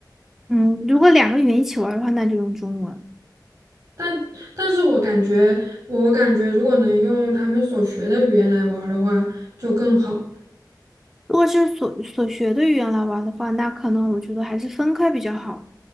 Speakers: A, in the centre; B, on the right.
A: 嗯，如果两个语言一起玩的话，那就用中文；
B: 但但是我感觉，我感觉如果能用他们所学的语言来玩儿的话，就更好。
A: 如果是所所学的语言来玩的话，那可能我觉得还是分开比较好。